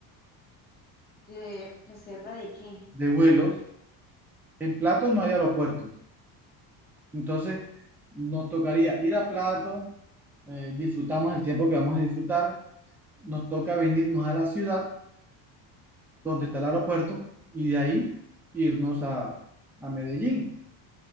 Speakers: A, on the left; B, in the centre.
A: ¿De reserva de qué?
B: de vuelos En Plato no hay aeropuerto. Entonces, nos tocaría ir a Plato, eh, disfrutamos el tiempo que vamos a disfrutar, nos toca venirnos a la ciudad donde está el aeropuerto y de ahí irnos a, a Medellín